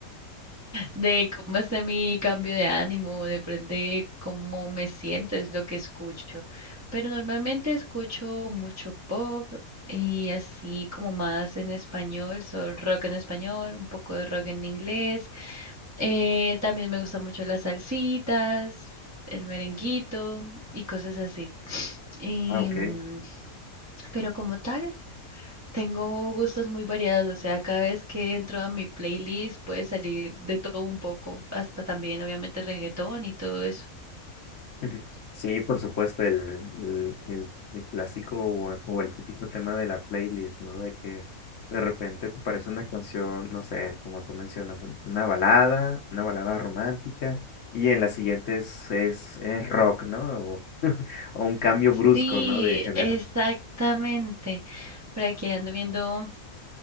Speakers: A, on the right; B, on the left.
A: de cómo está mi cambio de ánimo, depende de cómo me siento, es lo que escucho. Pero normalmente escucho mucho pop y así como más en español, so- rock en español, un poco de rock en inglés. Eh, también me gustan mucho las salsitas, el merenguito y cosas así. <sniffs> Y,
B: Ah, ok.
A: mm, pero como tal, tengo gustos muy variados, o sea, cada vez que entro a mi playlist puede salir de todo un poco, hasta también obviamente reggaetón y todo eso.
B: Ujú. Sí, por supuesto, el, el, el- el clásico o, o el típico tema de la playlist, ¿no? De que de repente te parece una canción, no sé, como tú mencionas, un- una balada, una balada romántica, y en la siguiente es, es, es rock, ¿no? O, <laughs> o un cambio brusco,
A: Sí,
B: ¿no? De género.
A: exactamente. Por aquí ando viendo